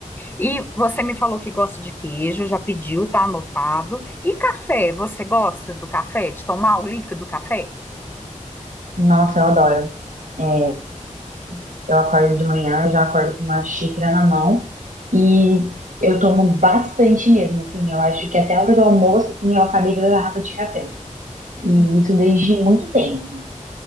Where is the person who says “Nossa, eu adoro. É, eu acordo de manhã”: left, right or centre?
Right